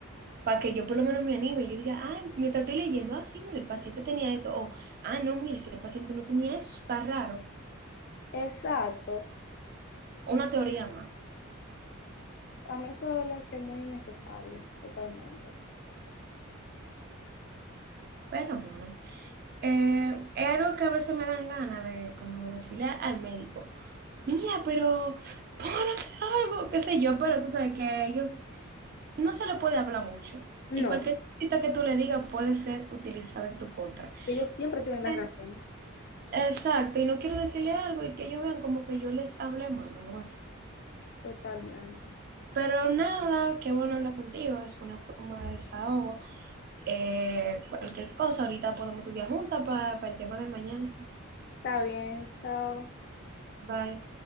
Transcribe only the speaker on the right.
para que yo por lo menos me anime. Yo diga, ah, mientras estoy leyendo, ah, sí, mira, el paciente tenía esto, o, ah, no, mire, ese paciente no tenía eso, está raro.
Una teoría más.
Pero bueno, eh, es algo que a veces me dan ganas de, como de decirle al médico. mira, pero pónganos a hacer algo, qué sé yo, pero tú sabes que ellos no se le puede hablar mucho. Y
cualquier cosita que tú le digas puede ser utilizada en tu contra.
Sí,
Exacto, y no quiero decirle algo y que ellos vean como que yo les hablé mal o algo así.
Pero nada, qué bueno hablar contigo, es una forma de desahogo. Eh, cualquier cosa, ahorita podemos estudiar juntas para el tema de mañana.
Bye.